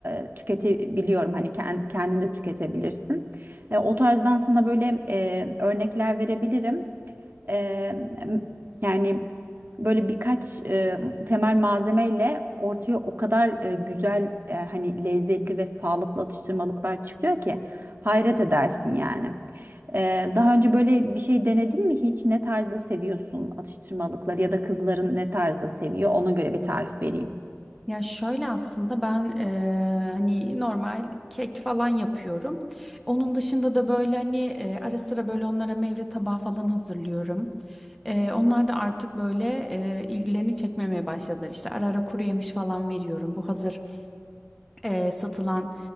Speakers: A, on the right; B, in the centre.
A: e, tüketebiliyorum. Hani kend, kendin de tüketebilirsin. E, o tarzdan sana böyle e, örnekler verebilirim. E, m- yani böyle birkaç e, temel malzemeyle ortaya o kadar e, güzel e, hani lezzetli ve sağlıklı atıştırmalıklar çıkıyor ki hayret edersin yani. Ee, daha önce böyle bir şey denedin mi hiç? Ne tarzda seviyorsun atıştırmalıkları ya da kızların ne tarzda seviyor? Ona göre bir tarif vereyim.
B: Ya şöyle aslında ben eee, hani normal kek falan yapıyorum. Onun dışında da böyle hani eee, ara sıra böyle onlara meyve tabağı falan hazırlıyorum. Eee, onlar da artık böyle eee, ilgilerini çekmemeye başladılar. İşte ara ara kuru yemiş falan veriyorum. Bu hazır e, satılan